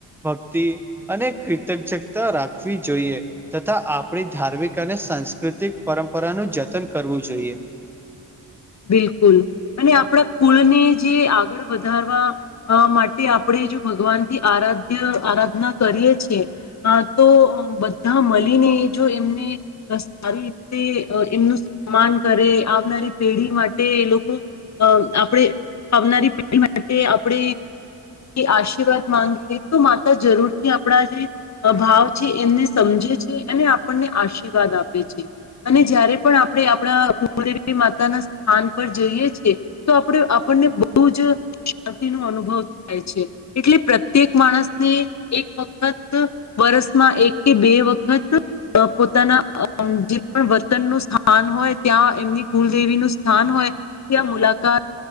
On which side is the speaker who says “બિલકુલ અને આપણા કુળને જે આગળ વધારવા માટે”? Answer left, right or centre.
Left